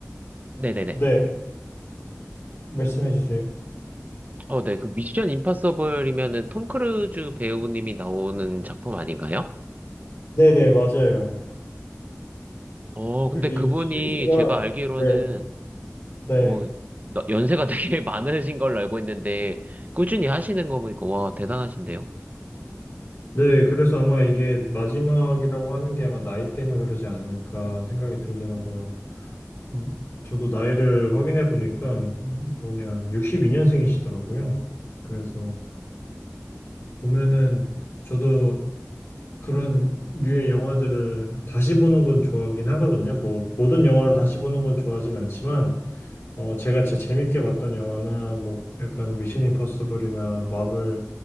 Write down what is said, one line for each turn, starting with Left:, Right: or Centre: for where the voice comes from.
Right: 네네네.
Left: 네 말씀해 주세요.
Right: 어, 네, 그 미션 임파서블이면은 톰 크루즈 배우님이 나오는 작품 아닌가요?
Left: 네네 맞아요.
Right: 어,
Left: 그게
Right: 근데 그분이
Left: 이제 시리즈가
Right: 제가 알기로는
Left: 네, 네,
Right: 어, 나- 연세가 <laughs> 되게 많으신 걸로 알고 있는데 꾸준히 하시는 거 보니까 와, 대단하신데요?
Left: 네. 그래서 아마 이게 마지막이라고 하는 게 아마 나이 때문에 그러지 않을까 생각이 들더라고요. 음, 저도 나이를 확인해 보니까 뭐냐 62년생이시더라고요. 그래서 보면은 저도 그런 류의 영화들을 다시 보는 건 좋아하긴 하거든요. 뭐 모든 영화를 다시 보는 건 좋아하진 않지만 어 제가 제 재밌게 봤던 영화나 뭐 약간 미션 임퍼서블이나 마블